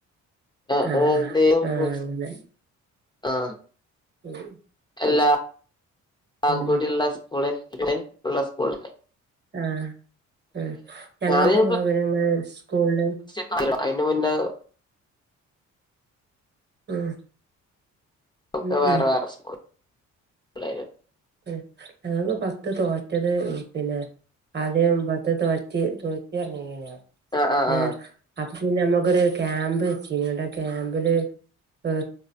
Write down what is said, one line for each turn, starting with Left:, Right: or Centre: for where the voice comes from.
Left: ആ
Right: ആഹ് ആഹ് ആഹ് അങ്ങനെ
Left: <unintelligible> ആ
Right: ഉം
Left: എല്ലാ ഔകൂടിള്ള
Right: ഉം
Left: സ്കൂള് നെ ഇള്ള സ്കൂളിനെ
Right: ആ ഉ ഞങ്ങക്കൊക്കെ
Left: ഞാന്
Right: അവരങ്ങനെ സ്കൂളില്
Left: <unintelligible> അതിന്റെ മുന്നേ
Right: ഉം
Left: ഒക്കെ
Right: ഉം
Left: വേറെ
Right: ഉം
Left: വേറെ സ്കൂൾ പിള്ളേര്
Right: ഉം ഞങ്ങൾക്ക് പത്ത് തോറ്റത് പിന്നെ ആദ്യം പത്ത് തോറ്റി തോറ്റ് പറഞ്ഞെയ്ന്നിലേ
Left: ആ ആ
Right: ഏ
Left: ആ
Right: അപ്പൊ പിന്നെ നമ്മുക്കൊരു ക്യാമ്പ് വെച്ചു ഇനൊണ്ട് ആഹ് ക്യാമ്പില് ഹ